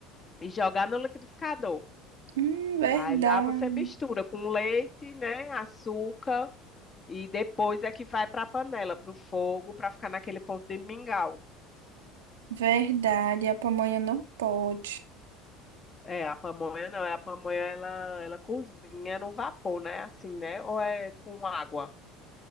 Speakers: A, on the left; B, on the right.
A: e jogar no liquidificador.
B: Hum, verdade.
A: Aí lá você mistura com leite, né, açúcar e depois é que vai para a panela, para o fogo, para ficar naquele ponto de mingau.
B: Verdade. A pamonha não pode.
A: É, a pamonha não, a pamonha ela, ela cozinha no vapor, né, assim, né, ou é com água.